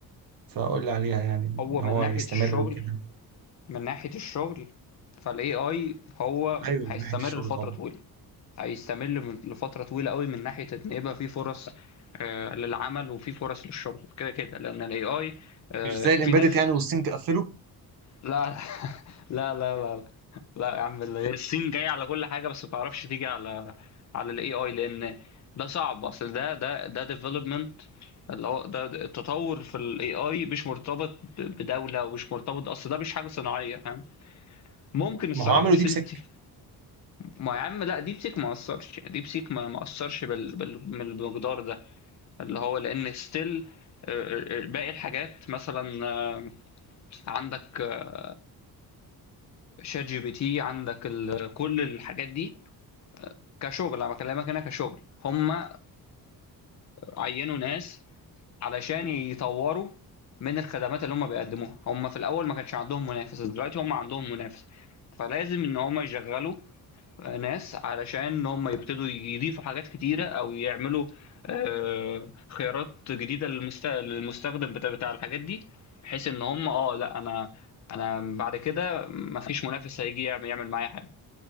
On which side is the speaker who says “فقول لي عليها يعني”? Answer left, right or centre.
Right